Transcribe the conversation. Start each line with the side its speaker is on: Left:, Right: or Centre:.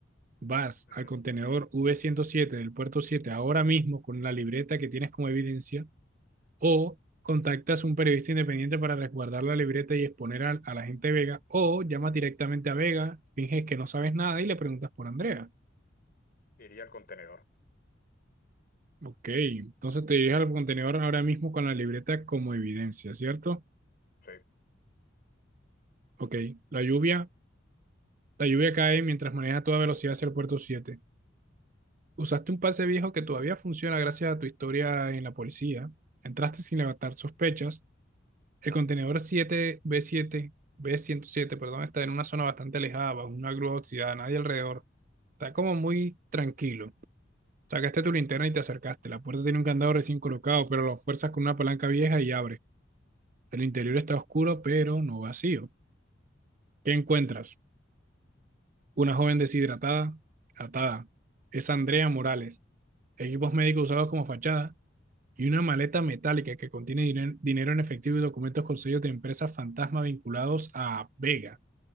Right: Vas
Left: Ujú.
Right: al contenedor v ciento siete del puerto 7 ahora mismo con la libreta que tienes como evidencia o contactas a un periodista independiente para resguardar la libreta y exponer al- a, la gente de Vega, o llamas directamente a Vega, finges que no sabes nada y le preguntas por Andrea.
Left: Iría al contenedor.
Right: Ok, entonces te diriges al contenedor ahora mismo con la libreta como evidencia, ¿cierto?
Left: Sí.
Right: Ok, la lluvia, la lluvia cae mientras manejas a toda velocidad hacia el puerto siete Usaste un pase viejo que todavía funciona gracias a tu historia en la policía. Entraste sin levantar sospechas El contenedor siete b siete b ciento siete, perdón, está en una zona bastante alejada, bajo una grúa oxidada, nadie alrededor. Está como muy tranquilo. Sacaste tu linterna y te acercaste. La puerta tiene un candado recién colocado, pero lo fuerzas con una palanca vieja y abre. El interior está oscuro, pero no vacío. ¿Qué encuentras? Una joven deshidratada, atada. Es Andrea Morales. Equipos médicos usados como fachada y una maleta metálica que contiene diner- dinero en efectivo y documentos con sellos de empresas fantasma vinculados a Vega.